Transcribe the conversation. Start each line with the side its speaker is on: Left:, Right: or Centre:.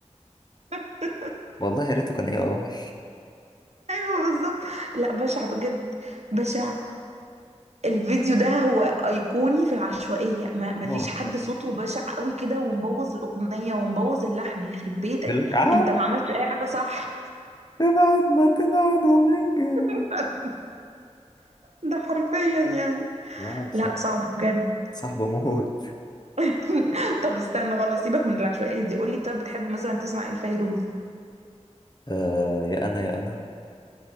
Right: <laughs>
Left: والله يا ريته كان إيه آي
Right: ايوه بالظبط لا بشع بجد بشع الفيديو ده هو ايقوني في العشوائيه ما ما فيش
Left: آه،
Right: حد صوته بشع قوي كده ومبوظ الاغنيه ومبوظ اللحن يخرب بيتك
Left: يقول لك آه
Right: انت ما عملتش اي حاجه صح
Left: تبعد ما تبعد وما يجرى
Right: <laughs> ده حرفيا يعني
Left: لا صاحب
Right: لا صعب بجد
Left: صاحبه موت
Right: <laughs> طب استنى خلاص سيبك من العشوائية دي قولي طب بتحب مثلا تسمع ايه لفيروز
Left: آه يا أنا يا أنا